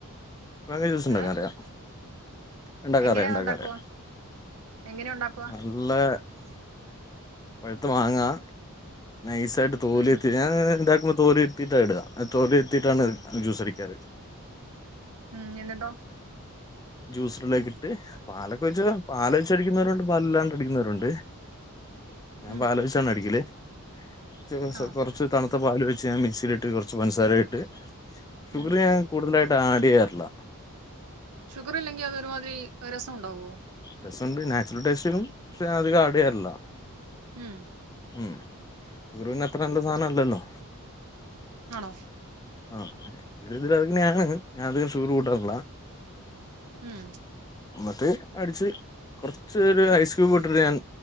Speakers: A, on the left; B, on the right.
A: േജ ഉണ്ടാക്കാൻ
B: ഏഹ്
A: അറിയാ ഉണ്ടാക്കാറിയ
B: എങ്ങനെയാ
A: ഉണ്ടാക്കാറിയാ
B: അത് ഉണ്ടാക്കുവാ എങ്ങനെയാ ഉണ്ടാക്കുവാ
A: നല്ല <unintelligible> പഴത്ത മാങ്ങ നൈസ ആായിട്ട് തോലിെത്തി
B: ഉം
A: ഞാൻ എന്ത തോല എത്തിീട്ട ഇടുക തോല എത്തിീട്ടാണ് ജ്യൂസടിക്കാറ്
B: ഉംഹ് എന്നെട്ടാ
A: ജൂസ് ഇട്ട് പാലൊക്കെ വെച്ച് പാല വെച്ച് അടിക്കുന്നവരുണ്ട് പാലാണ്ട് അടിക്കുന്ന ട്ടുണ്ട് ഞാൻ
B: ഉം
A: ബാലകൃഷ്ണ അടിക്കല് <unintelligible>
B: ആഹ്
A: കൊറച്ച് തണു ഇ പാല് വെച്ച് ഞാൻ മിക്സിലിട്ട് കുറച്ച് പഞ്ചസാരയിട്ട് ഷുഗർ
B: ഉം
A: ഞാൻ കൂടുതലായിട്ട് ആഡ് യ്യാറില്ല
B: ഷുഗർ ഇല്ലെങ്കിൽ അതൊ ഒരുമാതിരി രസമുണ്ടാവോ
A: രസണ്ട് നാച്ചുറൽ ടേസ്റ്റിനും പക്ഷെ അതികം ആഡ് യ്യാറില്ല
B: ഉം
A: ഉം ഷുഗറ് പിന്നെ അത്ര നല്ല സാധനല്ലല്ലോ
B: ആണോ
A: ആഹ ഇതില അങ്ങനെയാണ് ഞാൻ അധികം ഷുഗർ കൂട്ടാറില്ല
B: ഉം
A: എന്നിട്ട് അടിച്ച് കുറച്ച് ഒരു ഐസ് ക്യൂബ് ഇട്ടിട്ട് ഞാൻ